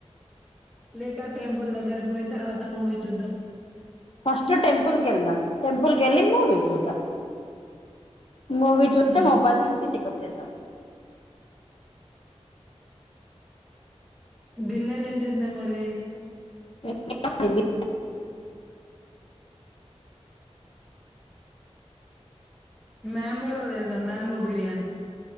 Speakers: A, in the centre; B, on the left.
A: లేక టెంపుల్ దగ్గర పోయి తర్వాత మూవీ చూద్దామా
B: ఫస్ట్ టెంపుల్కి వెళ్దాం టెంపుల్కి వెళ్ళి మూవీ చూద్దాం మూవీ చూసి
A: మ్
B: ముప్పది నుంచి ఇంటికి వచ్చేద్దాం
A: డిన్నర్ ఏం చేద్దాం మరి
B: ఇ బజ
A: మ్యాంబో లో వెళ్దాము మ్యాంబో బిర్యానీ